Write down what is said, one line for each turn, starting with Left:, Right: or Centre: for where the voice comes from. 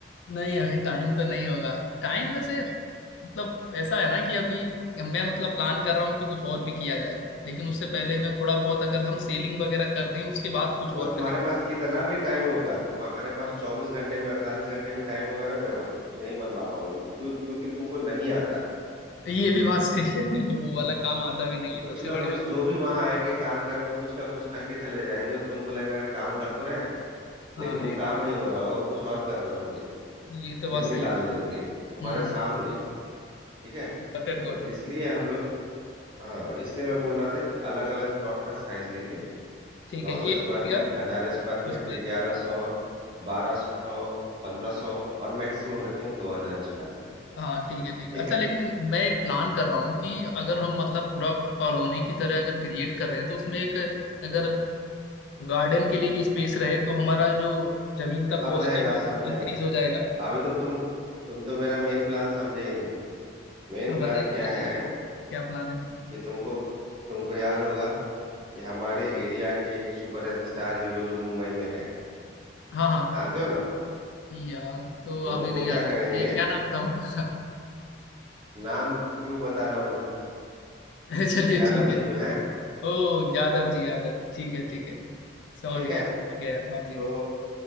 Left: नहीं अभी टाइम तो नहीं होगा टाइम वैसे मतलब ऐसा है ना कि अभी मैं मतलब प्लान कर रहा हूँ कि कुछ और भी किया जाए लेकिन उससे पहले जो थोड़ा बहुत अगर हम सेलिंग वगैरह कर दें उसके बाद कुछ
Right: अगर
Left: और
Right: तुम्हारे
Left: करेंगे
Right: पास कितना भी टाइम होगा तुम्हारे पास चौबीस घंटे में अड़तालीस घंटे भी टाइम होगा ना मेरे भाई तो तुम नहीं बनवा पाओगे क्यों- क्योंकि तुमको नहीं आता
Left: ये भी बात सही कह रहे हो वो वाला काम आता भी नहीं
Right: वो
Left: है सबसे
Right: कुछ ना
Left: बड़ी
Right: कुछ
Left: बात
Right: जो भी वहां आएंगे काम करने वो कुछ का कुछ करके चले जाएंगे और तुमको लगेगा अरे काम कर तो रहे हैं
Left: हाँ
Right: लेकिन वो
Left: एकदम
Right: काम नहीं हो रहा हो कुछ और कर रहे होंगे
Left: ये तो बात
Right: दिन
Left: सही
Right: निकाल
Left: है
Right: देंगे तुम्हारे
Left: हम्म
Right: सामने ठीक है
Left: Got it got
Right: तो
Left: it
Right: इसलिए हम लोग हाँ इसलिए मैं बोल रहा था कि अलग अलग प्लॉट का साइज लेंगे
Left: ठीक
Right: नौ
Left: है एक
Right: सौ स्क्वायर
Left: हो गया
Right: फीट हजार स्क्वायर फीट
Left: उस पर
Right: ग्यारह सौ बारह सौ पंद्रह सौ और मैक्सिमम रखेंगे दो हजार स्क्वायर फीट
Left: हाँ ठीक है ठीक है
Right: ठीक
Left: अच्छा
Right: है
Left: लेकिन मैं एक प्लान कर रहा हूँ कि अगर हम मतलब पूरा कॉलोनी की तरह अगर क्रिएट कर रहे हैं तो उसमें एक अगर गार्डन के लिए भी स्पेस रहे तो हमारा जो जमीन का
Right: सब
Left: कॉस्ट
Right: रहेगा
Left: है वो
Right: सब रहेगा
Left: इंक्रीज हो जाएगा
Right: अभी तो तुम तुम तो मेरा मेन प्लान समझे ही नहीं मेन
Left: हाँ
Right: प्लान
Left: बताइए
Right: क्या
Left: बताइए
Right: है
Left: क्या प्लान है अभी?
Right: कि तुमको तुमको याद होगा कि हमारे एरिया के एक सुपरस्टार हीरो जो मुंबई में है
Left: हाँ हाँ
Right: जानते हो ना
Left: याद तो
Right: उनको
Left: अभी नहीं आ
Right: क्या
Left: रहा है
Right: करेंगे
Left: बताइए क्या नाम था उनका
Right: नाम क्यों बताना उनका
Left: <laughs> चलिए
Right: यादव
Left: ठीक
Right: जी
Left: है
Right: जो है
Left: ओ यादव जी यादव जी ठीक है ठीक है समझ
Right: ठीक
Left: गया
Right: है
Left: आ गया याद हाँ जी
Right: तो
Left: हाँ